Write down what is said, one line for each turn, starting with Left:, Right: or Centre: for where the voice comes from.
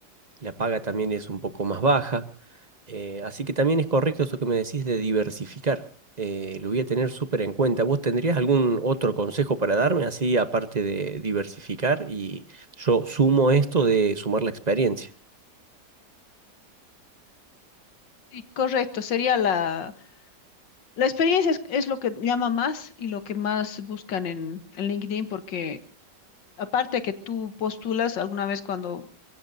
Right: la paga también es un poco más baja. Eh, así que también es correcto esto que me decís de diversificar. Eh, lo voy a tener súper en cuenta. ¿Vos tendrías algún otro consejo para darme, así aparte de diversificar? Y yo sumo esto de sumar la experiencia.
Left: Sí, correcto, sería la, la experiencia es, es lo que llama más y lo que más buscan en, en LinkedIn porque aparte que tú postulas alguna vez cuando